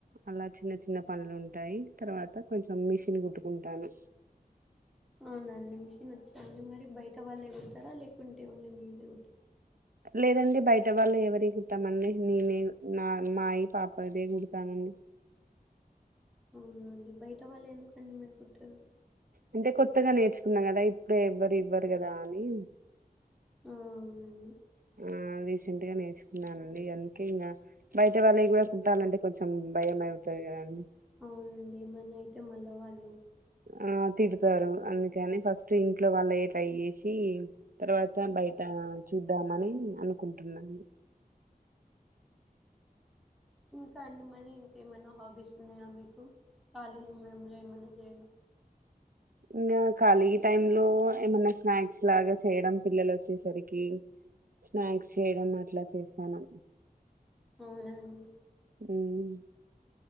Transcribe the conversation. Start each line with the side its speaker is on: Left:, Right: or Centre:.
Right: అలా చిన్న చిన్న పనులు ఉంటాయి తర్వాత కొంచెం మిషన్ కుట్టుకుంటాను
Centre: అవునునండి మిషన్ వచ్చి మరి బయట తవలే వస్తారా లేకుంటే ఓన్లీ మేము మ్యూట్
Right: లేదండి బయట వాళ్ళు ఎవరి కుట్టామండి నేనే నా మాయి పాప దే కుడతానండి
Centre: అవునండి బయట వాళ్ళే ఎందుకు అన్ని మరికుట్టారు
Right: అంటే కొత్తగా నేర్చుకున్నాం కదా ఇప్పుడే ఎవ్వరు ఇవ్వరు కదా అని
Centre: వునండి
Right: ఆ <inaudible> ఆ రీసెంట్గా నేర్చుకున్నానండి అందుకే ఇంకా బయట వాళ్ళవి కూడా కుట్టలంటే కొంచెం భయం అయితాది కదండి
Centre: అవునండి ఏమన్నా అయితే మళ్ళ వాళ్ళు
Right: ఆ తిడతారు అందుకని ఫస్ట్ ఇంట్లో వాళ్ళవి ట్రై చేసి తర్వాత బయట చూద్దామని అనుకుంటున్నాను
Centre: ఇంకా అండి మరి ఇంకేం మైనా హాబీస్ ఉన్నాయా మీకు కాళి మంలో మన <inaudible> ఏమి
Right: ఇంకా ఖాళీ టైం లో ఏమన్నా స్నాక్స్ లాగా చేయడం పిల్లలు వచ్చేసరికి స్నాక్స్ చేయడం అట్లా చేస్తాను
Centre: అవున అండి
Right: అవును